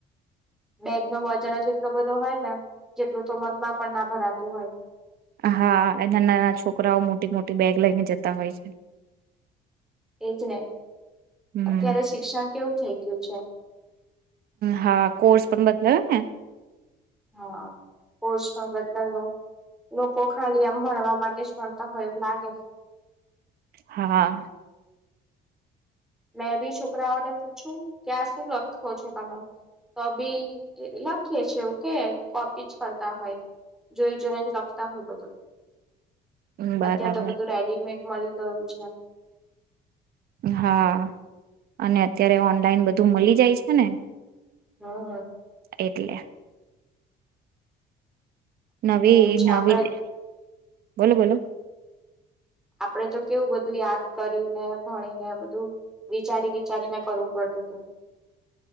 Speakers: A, in the centre; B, on the right (about 65°).
A: બેગનો વજન જ એટલો બધો હોયને જેટલું તો મનમાં પણ નાં ભરાતું હોય.
B: હા, એના નાનાં છોકરાઓ મોટી મોટી બેગ લઈને જતા હોય છે.
A: એજને.
B: હમ
A: અત્યારે શિક્ષણ કેવું થઈ ગયું છે.
B: હા, કોર્સ પણ બદલાયોને.
A: હા, કોર્સમાં બદલાયો લોકો ખાલી આમ ભણવા માટે જ ભણતા હોય એવું લાગે
B: હા.
A: મેંબી છોકરાઓને પૂછું ક્યાં શું લખો છો તમે તોબી લખીએ છે એવું કે કોપી જ કરતા હોય જોઈ જોઈને જ લ તા હોય બધું
B: બરાબર
A: <inaudible> અત્યારે તો બધું રેડીમેટ મળી ગયું છે.
B: હા, અને અત્યારે ઓનલાઈન બધું મલી જાય છેને.
A: હમ.
B: એટલે. નવી
A: એવું છે
B: નવી
A: આપડે
B: બોલો બોલો.
A: આપડે તો કેવું બધું યાદ કરીને ભણીને બધું વિચારી વિચારીને કરવું પડતું હતું.